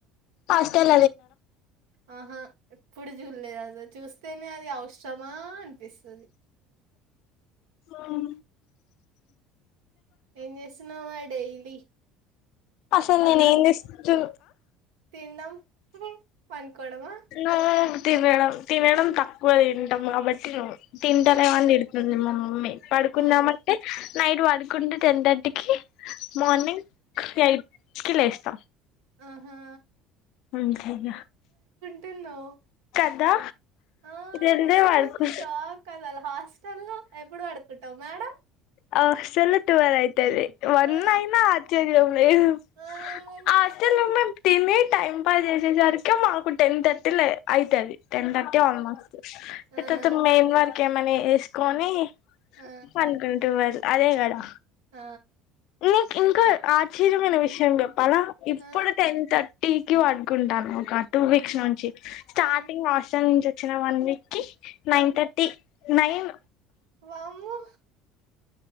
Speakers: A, on the left; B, on the right.
A: హాస్టల్
B: ఆహా ఎప్పుడు చూడలే అసలు చూస్తేనే అది అవసరమా అనిపిస్తది.
A: ఉమ్
B: ఏం చేస్తున్నావ్ మరి డైలీ
A: అసలు
B: తనా
A: నేను ఏం తెస్తను
B: తినడం, పనుకోడమా
A: నో తినడం తినడం తక్కువ తింటాం కాబట్టి నువ్వు తింటాలే
B: ఆ
A: అని తిడుతుంది మా మమ్మి మె పడుకుందామంటే
B: ఆ
A: నైట్ పడుకుంటే టెన్ థర్టీకి మార్నింగ్ ఎయిట్ కీ లేస్త
B: ఆహా
A: వంకాయ
B: తిన్నో
A: కదా
B: ఆ
A: జల్దీ
B: అసలు
A: పడుకు
B: షాక్ అద అలా హాస్టల్ లో ఎప్పుడు పడుకుం టమేడ
A: హాస్టల్ లో ట్వల్వ అయితది వన్
B: ఆ
A: అయినా ఆచర్యం లేదు
B: ఆ మరి
A: హాస్టల్ లో ఉన్నట్ తిని టైం పాస్ చేసేసరికి మాకు టెన్ థర్టీలు ఆయి అయితాది టెన్ థర్టీ ఆల్మోస్ట్
B: ఆహా
A: ఇతతు మెయిన్ వర్క్ ఎమియిన వేసుకొని
B: ఆహా,
A: పనుకుంటే వారు అదే కదా
B: ఆ
A: నీ ఇంకా ఆశ్చర్యమైన విషయం చెప్పాల ఇప్పుడు
B: ఆ
A: టెన్ థ టీ కి పడుకుంటాను ఒక టూ వీక్స్ నుంచి స్టార్టింగ్
B: ఆ
A: హాస్టల్ నుంచి వచ్చిన వన్ వీక్ కి
B: ఆ
A: నైన్
B: ఆ
A: థర్టీ నైన్
B: వామ్మో